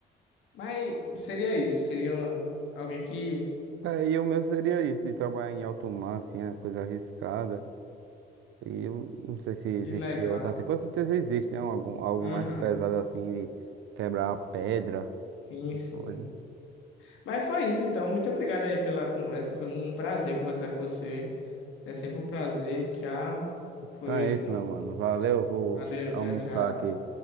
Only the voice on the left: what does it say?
Mas seria isso. Seria alguém que.
Que legal.
Aham.
Sim,
sim.
Mas foi isso, então. Muito obrigado aí pela conversa. Foi um prazer conversar com você. É sempre um prazer. Tchau.
Foi
bom.
Valeu,
tchau, tchau.